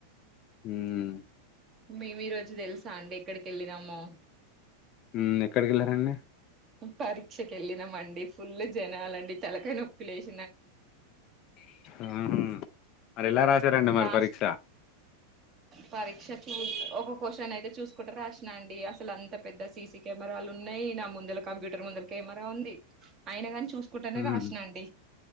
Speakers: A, on the left; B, on the right.
A: మ్
B: మేము ఈ రోజు తెలుసా అండి ఎక్కడికి ఎల్లినామో
A: ఉమ్ ఎక్కడికి వెళ్ళారంండి
B: పరీక్షకు వెళ్ళినామండి ఫుల్ జనాలండి తలకాయినొప్పి లేసి
A: ఆహ మరి ఎలా రా రండి మరి
B: లాస్ట్
A: పరీక్ష
B: పరీక్ష చూ ఒక క్వశ్చన్ అయితే చూసుకుంట రాసిన అండి అసలు అంత పెద్ద సీసీ కెమెరాలు ఉన్నాయి. నా ముందల కంప్యూటర్ ముందల కెమెరా ఉంది. అయిన గాని చూ చసుకుంటనే రాసినండి
A: మ్మ్